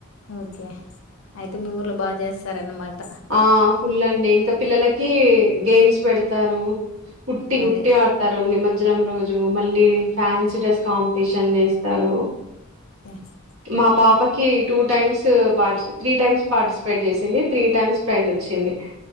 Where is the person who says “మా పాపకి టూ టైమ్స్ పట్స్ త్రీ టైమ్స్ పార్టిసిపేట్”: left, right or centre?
Right